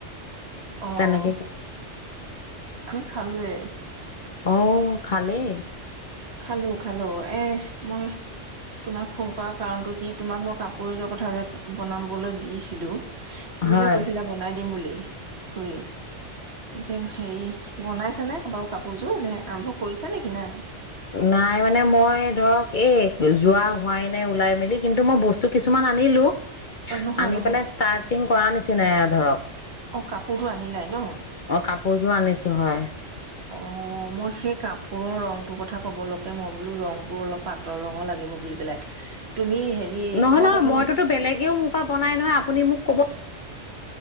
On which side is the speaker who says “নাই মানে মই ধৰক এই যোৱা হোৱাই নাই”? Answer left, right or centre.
Left